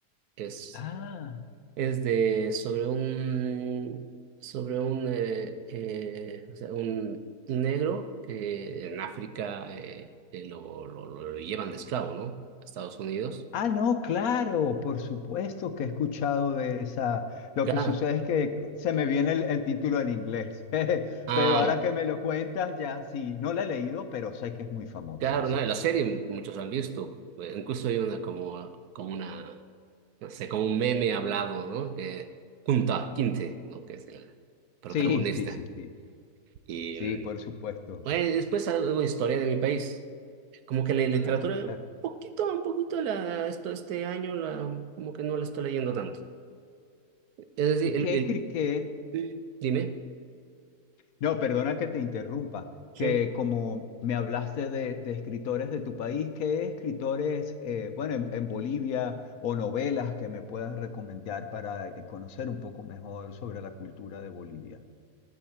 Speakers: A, on the right; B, on the left.
A: Es,
B: Ah,
A: es de, sobre un, sobre un, eh, eh, o sea, un negro que en África eh, eh, lo, lo, lo- lo llevan de esclavo, ¿no? A Estados Unidos.
B: ah, no, claro, por supuesto que he escuchado de esa. Lo
A: Claro.
B: que sucede es que se me viene el, el título en inglés, <laughs>
A: Ah,
B: pero ahora que me lo cuentas, ya sí, no la he leído, pero sé que es muy famosa,
A: Claro,
B: sí.
A: ¿no? La serie muchos la han visto. Eh, Incluso hay una como, ah, como una, no sé, como un meme hablado, ¿no? Que junta a Quinte, ¿no? Que es el protagonista.
B: Sí, sí, sí, sí,
A: Y
B: sí,
A: mm,
B: por supuesto.
A: bueno, después algo de historia de mi país. Como que la literatura,
B: Ah, claro.
A: un poquito, un poquito la, esto, este año, la, mm, como que no la estoy leyendo tanto. Es decir,
B: ¿Y
A: el,
B: qué,
A: el,
B: escri- qué,
A: mm, dime.
B: No, perdona que te interrumpa,
A: Sí.
B: que como me hablaste de, de escritores de tu país, ¿qué escritores, eh, bueno, en, en Bolivia o novelas que me puedas recomendar para eh, conocer un poco mejor sobre la cultura de Bolivia?